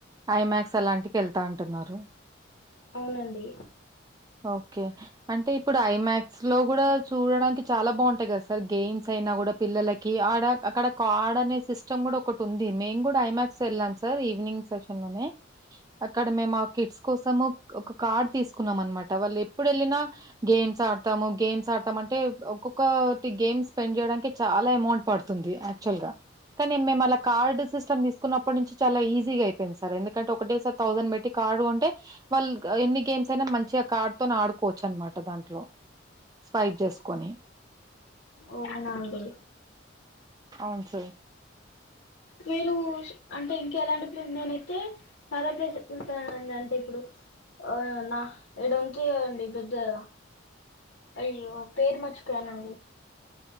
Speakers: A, on the right; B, on the left.
A: ఐమాక్స్ అలాంటికి వెళ్తా అంటున్నారు.
B: అవునండి.
A: ఓకే అంటే ఇప్పుడు ఐమాక్స్ లో కూడా. చూడడానికి చాలా బాగుంటాయి కదా సార్ గేమ్స్ అయినా కూడా పిల్లలకి ఆడ అక్కడ కాడ్ అనే సిస్. ష్టం కూడా ఒకటి ఉంది మేము కూడా ఐమాక్స్ వెళ్ళాం సార్ ఈవినింగ్ సెషన్ లోనే. అక్కడ మేము ఆ కిడ్స్ కోసము ఒక కార్డ్ తీసుకున్నాం అనమాట వాళ్ళు ఎప్పుడు వెళ్ళినా. గేమ్స్ ఆడతాము గేమ్స్ ఆడతాము అంటే ఒక్కొక్క. గేమ్ స్పెండ్ చేయడానికి చాలా అమౌంట్ పడుతుంది యాక్చుల్ గా. కానీ మేము అలా కార్డ్ సిస్టమ్ తీసుకున్నప్పటి నుంచి చాలా ఈజీగా అయిపోయింది సార్ ఎందుకంటే ఒకటేసార్. థౌసండ్ పెట్టి కార్డు కొంటె వాళ్ళు ఎన్ని గేమ్స్ అయినా మంచిగా కార్డు తో ఆడుకోవచ్చు అనమాట. దాంట్లో స్పైట్ చేసుకొని.
B: ఓనా అండి.
A: అవును సార్.
B: మీరు అంటే ఇంక ఎలాంటి ప నేనైతే. చాలా ప్లేస్ కు వెళ్తానండి అంటే ఇప్పుడు. ఆ నా ఇడంచి ఎదండి పెద్దదా. అయ్యో పేరు మర్చిపోయానండి.